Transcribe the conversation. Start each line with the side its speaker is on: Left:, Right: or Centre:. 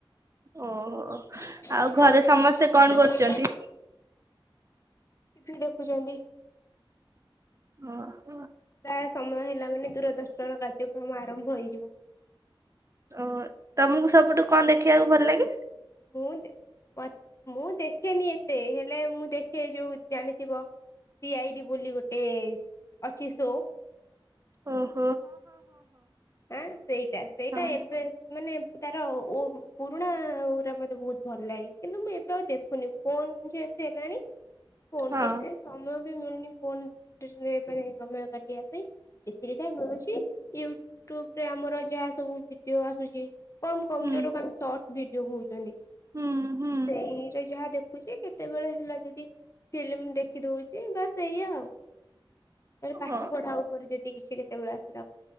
Right: ଓହୋ।
Left: <unintelligible>
Right: ଆଉ ଘରେ ସମସ୍ତେ କଣ କରୁଛନ୍ତି
Left: ଟିଭି ଦେଖୁଛନ୍ତି।
Right: ହଁ।
Left: ଆା ସମୟ ହେଲା ମାନେ ଦୂରଦର୍ଶନ କାର୍ଯ୍ୟକ୍ରମ ଆରମ୍ଭ ହେଇଯିବ।
Right: ଓ ତମକୁ ସବୁଠୁ କଣ ଦେଖିବାକୁ ଭଲ ଲାଗେ।
Left: ମୁଁ ମୁଁ ଦେଖେନି ଏତେ ହେଲେ ମୁଁ ଦେଖେ ଯୋଉ ଜାଣିଥିବ ସି ଆଇଡି ବୋଲି ଗୋଟେ ଅଛି ସୋ
Right: ଓ।
Left: ହଁ ସେଇଟା ସେଇଟା
Right: ହଁ
Left: ଏବେ ମାନେ ତାର ପୁରୁଣା ପା ମତେ ବହୁତ ଭଲ ଲାଗେ କିନ୍ତୁ ମୁଁ ଏବେ ଆଉ ଦେଖୁନି ଫୋନ ଯେହେତୁ ହେଲାଣି। ଫୋନ
Right: ହଁ
Left: ଏତେ ସମୟ। Time phone. ସମୟ କାଇଁ। ପକେଇବା ପାଇଁ ଯେତିକି ଯାହା ମିଳୁଛି। ୟୁଟ୍ୟୁବରେ ଆମର ଯାହା ସବୁ ଭିଡ଼ିଓ ଆସୁଛି। କମ କମଜୋର
Right: ହୁଁ
Left: ଆମେ ସଟ୍। ଭିଡିଓ କହୁଛନ୍ତି।
Right: ହୁଁ ହୁଁ
Left: ସେଇରେ ଯାହା ଦେଖ। ଦେଖୁଛି କେତେବେଳେ ହେଲା ଯଦି ଫିଲ୍ମ ଦେଖି ଦଉଛି ବାସ ଏଇଆ ଆଉ ତାହଲେ ପାଠ
Right: ଓ
Left: ପଢା ଉପରେ ଯଦି କିଛି। ବେ ଆ